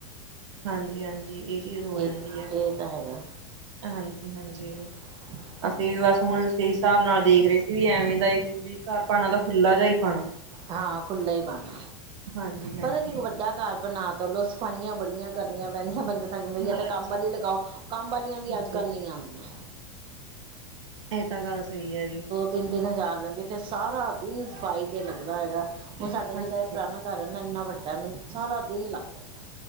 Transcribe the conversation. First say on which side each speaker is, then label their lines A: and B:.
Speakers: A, on the right; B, on the right.
A: ਹਾਂਜੀ -ਹਾਂਜੀ, ਇਹ ਚੀਜ਼ ਹੋ
B: ਇਹ
A: ਜਾਂਦੀ ਐਂ।
B: ਇਹ ਤਾਂ ਹੈਗਾ।
A: ਹਾਂਜੀ-ਹਾਂਜੀ।
B: <inaudible>
A: ਅਸੀਂ ਵੀ ਬਸ ਹੁਣ, ਉਸ ਹਿਸਾਬ ਨਾਲ ਦੇਖ ਰਹੇ ਸੀ, ਵੀ ਐਵੇਂ ਦਾ ਘਰ ਪਾਣਾ ਦਾ ਖੁੱਲ੍ਹਾ ਜਾ ਹੀ ਪਾਣਾ।
B: ਹਾਂ ਖੁੱਲ੍ਹਾ ਹੀ ਪਾਣਾ,
A: ਹਾਂਜੀ-ਹਾਂਜੀ
B: ਪਤਾ ਕੀ ਵੱਡਾ ਘਰ ਬਣਾ ਤਲੋਂ ਸਫਾਈਆਂ ਬੜੀਆਂ ਕਰਨੀਆਂ ਪੈਂਦੀਆਂ ਬੰਦੇ ਹੈ
A: ਹਾਂ
B: ਤਾਂ ਕੰਮ ਵਾਲੀ ਲਗਾਓ, ਕੰਮ ਵਾਲੀਆਂ ਵੀ
A: ਬਿਲਕੁਲ
B: ਅੱਜ-ਕੱਲ੍ਹ ਨਹੀਂ ਆਦੀਆਂ।
A: ਇਹ ਤਾਂ ਗੱਲ ਸਹੀ ਹੈ ਜੀ।
B: ਤਿੰਨ-ਤਿੰਨ ਹਜ਼ਾਰ ਲੈਦੀਏ, ਫਿਰ ਸਾਰਾ ਦਿਨ ਸਫਾਈ ਤੇ ਲੱਗਦਾ ਹੈਗਾ, ਹੁਣ ਸਾਡਾ
A: ਹਾਂਜੀ।
B: ਜਿਹੜਾ ਪੁਰਾਣਾ ਘਰ ਇੰਨਾਂ ਇੰਨਾਂ ਵੱਡਾ, ਮੈਨੂੰ ਸਾਰਾ ਦਿਨ ਲੱਗ ਜਾਂਦਾ।